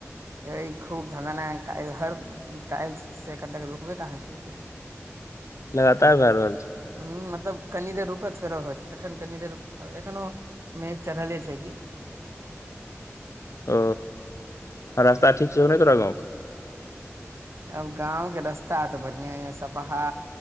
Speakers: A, on the right; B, on the left.
A: अ खूब धलना। होयत छै काल्हि से कन तक रुकबे काँ केलकै हँ
B: लगातार लरलखिन
A: ह मतलब कनि देर रुकत फेरत होत एखन कनि देर एखनो मे एक चढ़ले छै किी
B: ओ रास्ता ठीक छौकि नहि तोरा। गाव में
A: आब गाँवके रस्ता तऽ बढ़िआँ यए सपहा